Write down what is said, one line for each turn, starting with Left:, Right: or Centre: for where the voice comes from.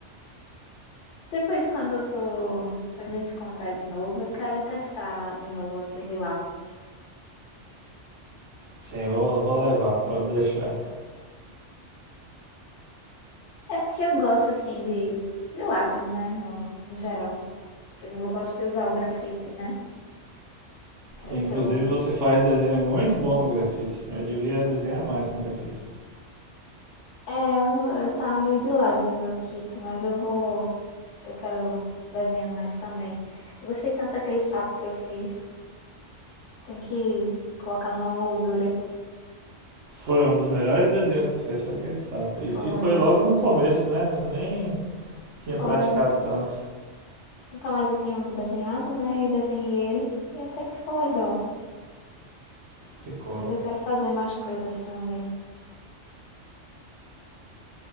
Left: Depois, quando tu, quando a gente se encontrar de novo, eu quero testar de novo aquele lápis.
Right: Sim, vou, vou levar, pode deixar.
Left: É porque eu gosto assim de, de lápis, né? No, no geral. Por exemplo, eu gosto de usar o grafite, né? Era
Right: Inclusive
Left: o que eu.
Right: você faz desenho muito bom no grafite. Eu devia desenhar mais com grafite.
Left: É, eu, não- eu tava meio de lado no meu kit, mas eu vou. Eu quero desenhar mais também. Eu gostei tanto daquele sapo que eu fiz. Tem que colocar numa moldura.
Right: Foi um dos melhores desenhos que tu fez, foi aquele sapo. E,
Left: Foi.
Right: e foi logo no começo, né? Tu nem tinha
Left: Foi.
Right: praticado tanto.
Left: Nunca mais eu tinha desenhado, né? E desenhei ele e até que ficou legal.
Right: Ficou.
Left: Mas eu quero fazer mais coisas também.